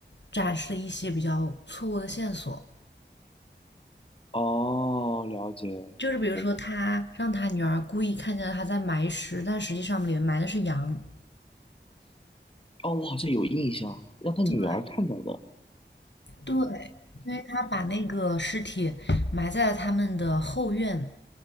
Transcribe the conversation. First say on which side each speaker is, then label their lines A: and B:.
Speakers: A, on the left; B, on the left.
A: 展示了一些比较错误的线索，
B: 哦，了解。
A: 就是比如说他让他女儿故意看见了他在埋尸，
B: 我
A: 但实际上里面埋的是羊。
B: 哦，我好像有印象，让他女儿看到的。
A: 对对，因为他把那个尸体埋在了他们的后院，